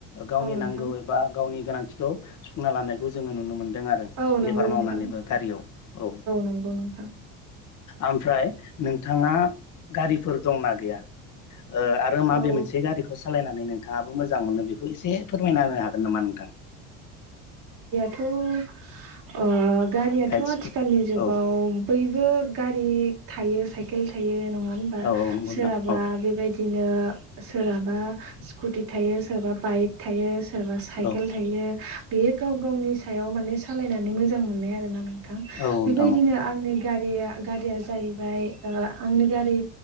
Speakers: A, on the left; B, on the right.
A: गावनि
B: औ नोंथां
A: नांगौ एबा गावनि गोनांथिखौ सुफुंना लानायखौ जोङो नुनो मोन दों आरो
B: औ
A: लेबार
B: नंगौ नोंथां
A: मावनानैबो गारियाव औ।
B: नंगौ नोंथां
A: ओमफ्राय नोंथाङा गारिफोर दंना गैया? ओ आरो माबे
B: औ
A: मोनसे गारिखौ सालायनानै नोंथाङाबो मोजां मोनो बेखौ एसे फोरमायना होनो हागोन नामा नोंथां?
B: थ' ओ गारियाथ'
A: बाइक
B: आथिखालनि
A: स्कुटि
B: जुगाव
A: औ
B: बयबो गारि थायो साइकेल थायो नङा होनबा
A: औ औ नंगौ
B: सोरहाबा
A: नोंथां औ
B: बेबायदि बनो सोरहाबा स्कुटि थायो सोराबा बाइक थायो सोरबा साइकेल
A: औ
B: यो बेयो गाव गावनि सायाव माने सालायनानै मोजां मोननाय आरोना नों थां।
A: औ नोंथां
B: बेबायदिनो
A: औ
B: आंनि गारिया गारिया जाहैबाय ओ‌ आंनि गारि